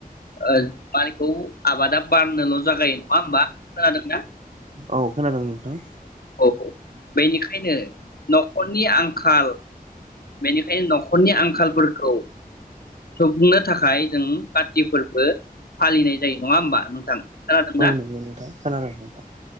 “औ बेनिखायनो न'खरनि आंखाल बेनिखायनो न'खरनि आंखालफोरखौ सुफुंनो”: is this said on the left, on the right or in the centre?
Left